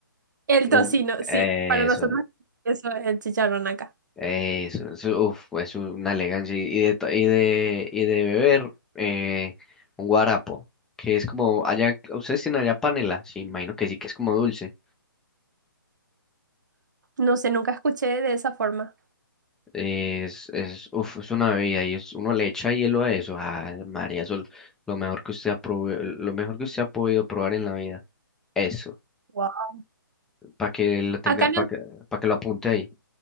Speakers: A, on the right; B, in the centre.
A: el
B: El,
A: tocino, sí,
B: eso,
A: para nosotros eso es el chicharrón acá.
B: eso, eso, uf, es una elegancia. Y de, to- y de, y de beber, eh, un guarapo, que es como, allá, ¿ustedes tienen allá panela? Sí, imagino que sí, que es como dulce.
A: No sé, nunca escuché de esa forma.
B: Es, es, uf, es una bebida y es, uno le echa hielo a eso. Ah, María, eso es lo mejor que usted ha prove- lo mejor que usted ha podido probar en la vida. Eso.
A: Wow.
B: para que lo tenga,
A: Acá
B: para
A: no,
B: que, pa' que lo apunte ahí.